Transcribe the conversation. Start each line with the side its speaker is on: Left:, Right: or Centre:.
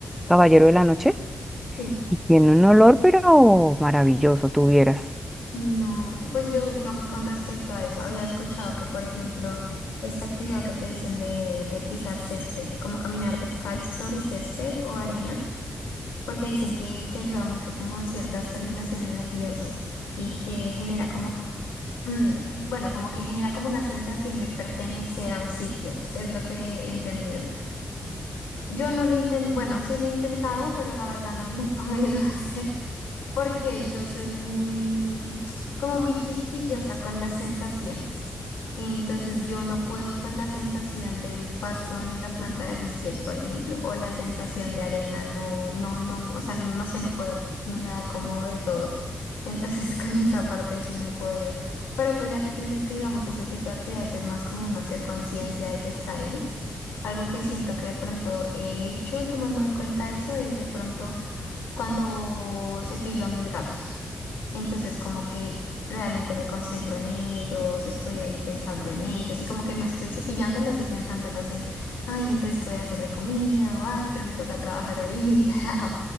Centre: Caballero de la Noche
Left: Sí.
Centre: y tiene un olor, pero maravilloso, tuvieras.
Left: No, pues yo digamos con respecto a eso, había escuchado que, por ejemplo, esta actividad que te dicen de, de pisar césped, como caminar descalzo sobre césped o arena, porque dicen que, que ayuda mucho como en ciertas terminaciones nerviosas y que genera como, mm, bueno, como que genera como una sensación de pertenecer a un sitio, eso es lo que he entendido. Yo no lo intento, bueno, sí lo he intentado, pero la verdad no lo he podido <laughs> hacer porque yo soy muy, como muy quisquillosa con las sensaciones. Entonces yo no puedo con la sensación del pasto en la planta de mis pies, por ejemplo, o la sensación de arena, no, no, no, o sea, no sé, no puedo, me da como de todo. Entonces <laughs> con esa parte sí no he podido. Pero pues ya que tú dices que digamos ese tipo de actividades es más como uno hacer conciencia de que está ahí, algo que siento que de pronto he hecho tomando en cuenta eso es de pronto cuando cepillo a mis gatos. Entonces, como que realmente me concentro en ellos, estoy ahí pensando en ellos y como que no estoy cepillándolos y pensándolos en, ay, entonces, ¿qué voy a hacer de comida? O, ay, pero me toca trabajar ahorita. <laughs> o,